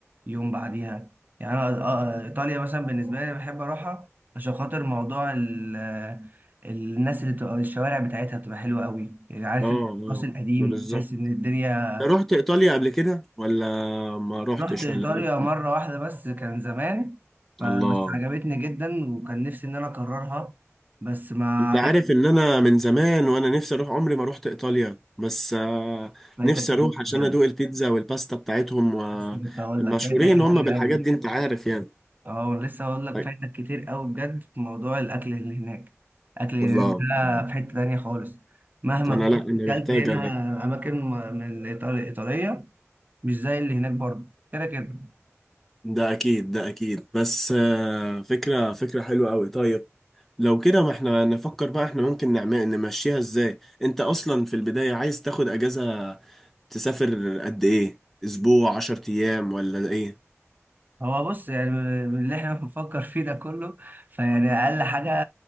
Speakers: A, on the right; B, in the centre.
A: يوم بعديها يعني أنا آه إيطاليا مثلا بالنسبة لي بحب أروحها عشان خاطر موضوع ال... الناس اللي بتبقى الشوارع بتاعتها بتبقى حلوة قوي يعني عارف
B: اه
A: أنت
B: اه
A: الراس القديم
B: ما بالظبط
A: تحس إن الدنيا
B: انت رحت ايطاليا قبل كده ولا ما رحتش
A: رحت إيطاليا
B: ولا ايه
A: مرة واحدة بس كان زمان فبس
B: الله
A: عجبتني جدا وكان نفسي إن أنا أكررها بس ما
B: انت
A: عرفت
B: عارف ان انا من زمان وانا نفسي اروح عمري ما رحت ايطاليا بس آه،
A: فايتك
B: نفسي
A: كتير
B: اروح عشان
A: بجد
B: ادوق البيتزا والباستا بتاعتهم
A: لسه كنت هقول
B: ومشهورين
A: لك فايتك كتير
B: هم بالحاجات
A: أوي
B: دي انت عارف يعني
A: أه لسه هقول لك
B: طيب.
A: فايتك كتير أوي بجد في موضوع الأكل اللي هناك الأكل اللي
B: الله
A: هناك ده
B: الله
A: في حتة تانية خالص مهما
B: انا لا
A: كنت
B: انا
A: أكلت
B: محتاج
A: هنا أماكن م- من الإيطال- الإيطالية مش زي اللي هناك برضه كده كده
B: ده اكيد ده اكيد بس آه، فكره فكره حلوه قوي طيب لو كده ما احنا نفكر بقى احنا ممكن نعمل نمشيها ازاي انت اصلا في البدايه عايز تاخد اجازه تسافر قد ايه اسبوع عشر ايام ولا ايه
A: هو بص يعني من اللي احنا بنفكر فيه ده كله فيعني اقل حاجه